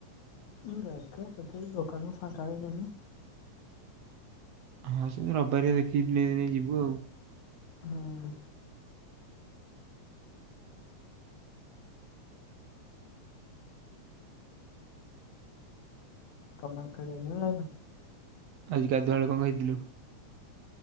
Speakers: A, on the left; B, on the right.
A: ହୁଁ, ଦେଖିଆ କେତେଳେ ଦୋକାନରୁ ଫାଙ୍କା ହେଲେ ଯିମି।
B: ହଁ ସେମତି ରବବାରିଆ ଦେଖିକି ଦିନେ ଦିନେ ଯିବୁ ଆଉ।
A: ହଁ। ତୋମେ ଆଉ ଖେଳିବା <unintelligible> ଯାଇନ?
B: ଆଜିି ଗାଧୁଆ ବେଳେ କଣ ଖାଇଥିଲୁ?